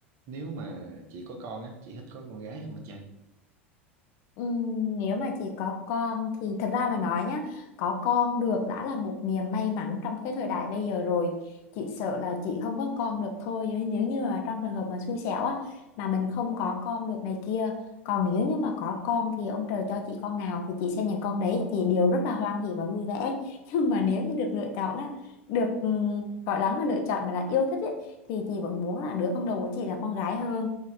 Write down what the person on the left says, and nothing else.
Ừm, nếu mà chỉ có con thì thật ra mà nói nhá có con được đã là một niềm may mắn trong cái thời đại bây giờ rồi chị sợ là chị không có con được thôi nhưng nếu như mà trong trường hợp mà xui xẻo á mà mình không có con được này kia còn nếu như mà có con thì ông trời cho chị con nào thì chị sẽ nhận con đấy chị đều rất là hoan hỉ và vui vẻ <laughs> nhưng mà nếu như được lựa chọn á được ừm, gọi lắm là lựa chọn mà là yêu thích ấy, thì chị vẫn muốn là đứa con đầu của chị là con gái hơn